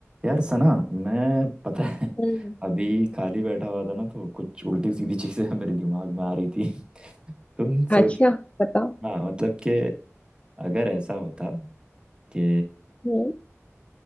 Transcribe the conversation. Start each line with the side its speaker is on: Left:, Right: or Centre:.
Right: यार सना मैं पता है
Left: हम्म
Right: अभी खाली बैठा हुआ था ना तो कुछ उल्टी सीधी चीजें <laughs> मेरे दिमाग में आ रही थी तुम
Left: अच्छा
Right: सोचो
Left: बताओ
Right: हाँ मतलब कि अगर ऐसा होता कि
Left: हम्म